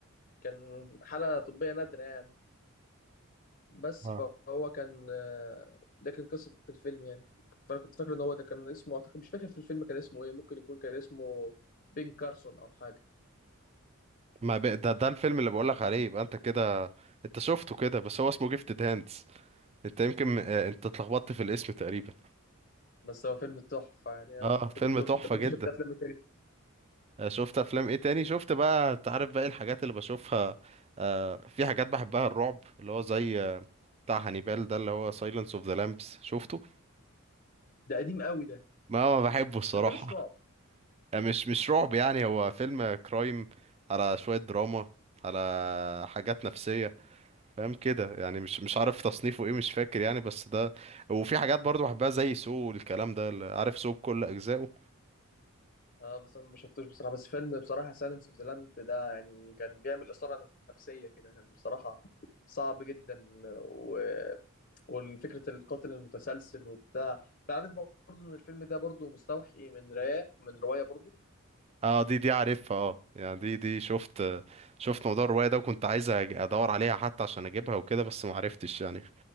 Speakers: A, on the left (about 45°); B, on the right (about 30°).
A: كان حالة طبية نادرة يعني بس
B: اه
A: فهو كان آه، ده كان قصة الفيلم يعني فأنا كنت فاكر إن هو ده كان اسمه أعتقد مش فاكر في الفيلم كان اسمه إيه ممكن يكون كان اسمه بين كارسون أو حاجة
B: ما ب... ده ده الفيلم اللي بقول لك عليه يبقى انت كده انت شفته كده بس هو اسمه جيفتد هاندز انت يمكن آه، انت اتلخبطت في الاسم تقريبا
A: بس هو فيلم تحفة يعني آه،
B: اه فيلم
A: فيلم طب
B: تحفة
A: طب أنت
B: جدا
A: شفت أفلام إيه تاني؟
B: شفت افلام ايه تاني شفت بقى انت عارف بقى إيه الحاجات اللي بشوفها آه، في حاجات بحبها الرعب اللي هو زي آه، بتاع هانيبال ده اللي هو سايلنس اوف ذا لامبس شفته
A: ده قديم قوي ده
B: ما ما بحبه الصراحة
A: بس ده مش رعب
B: <laughs> يعني مش مش رعب يعني هو فيلم كرايم على شوية دراما على حاجات نفسية فاهم كده يعني مش مش عارف تصنيفه ايه مش فاكر يعني بس ده وفي حاجات برضو بحبها زي سو والكلام ده اللي عارف سو بكل اجزائه
A: اه بس انا ما شفتوش بصراحه بس فيلم بصراحه سايلنس اوف ذا لامب ده يعني كان بيعمل اثاره نفسيه كده كان بصراحه صعب جدا و... والفكرة القاتل المتسلسل وبتاع انت عارف برضه ان الفيلم ده برضه مستوحي من رواية من رواية برضه
B: اه دي دي عارفها اه يعني دي دي شفت شفت موضوع الرواية ده وكنت عايز أج- ادور عليها حتى عشان اجيبها وكده بس ما عرفتش يعني